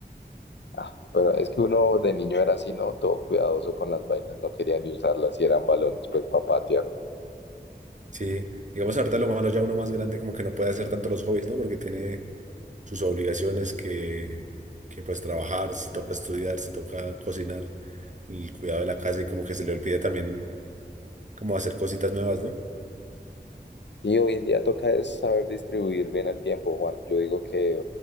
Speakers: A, on the left; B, on the right.
A: Ah, pero es que uno de niño era así, ¿no? Todo cuidadoso con las vainas, no quería ni usarlas y eran balones, pues para patear.
B: Sí, digamos ahorita lo malo ya uno más grande como que no puede hacer tanto los hobbies, ¿no? Porque tiene sus obligaciones que, que pues trabajar, si toca estudiar, si toca cocinar, el cuidado de la casa y como que se le olvida también como hacer cositas nuevas, ¿no?
A: Y hoy en día toca es saber distribuir bien el tiempo, Juan. Yo digo que